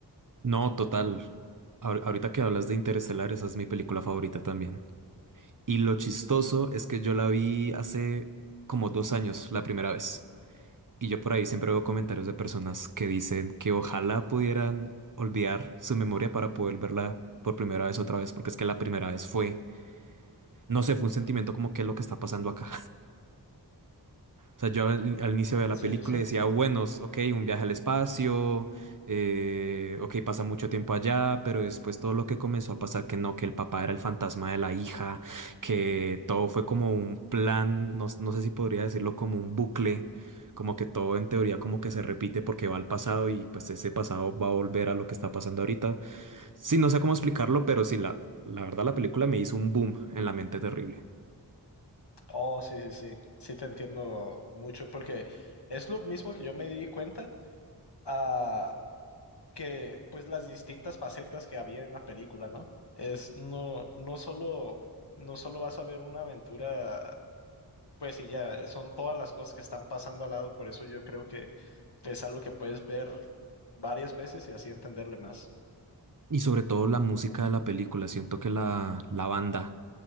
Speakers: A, on the right; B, on the left.
A: No, total. Ahor- Ahorita que hablas de Interestelar, esa es mi película favorita también. Y lo chistoso es que yo la vi hace como dos años, la primera vez. Y yo por ahí siempre veo comentarios de personas que dicen que ojalá pudieran olvidar su memoria para poder verla por primera vez otra vez, porque es que la primera vez fue, no sé, fue un sentimiento como que es lo que está pasando acá. O sea, yo al, al inicio de la
B: Sí,
A: película
B: sí, sí.
A: decía, bueno, s- ok, un viaje al espacio, eh, ok, pasa mucho tiempo allá, pero después todo lo que comenzó a pasar, que no, que el papá era el fantasma de la hija, que todo fue como un plan, no, s- no sé si podría decirlo como un bucle, como que todo en teoría como que se repite porque va al pasado y pues ese pasado va a volver a lo que está pasando ahorita. Sí, no sé cómo explicarlo, pero sí, la, la verdad la película me hizo un boom en la mente terrible.
B: Oh, sí, sí, sí. Sí te entiendo mucho porque es lo mismo que yo me di cuenta a que pues las distintas facetas que había en la película, ¿no? Es no, no solo, no solo vas a ver una aventura Pues sí, ya son todas las cosas que están pasando al lado, por eso yo creo que es algo que puedes ver varias veces y así entenderle más.
A: Y sobre todo la música de la película, siento que la, la banda,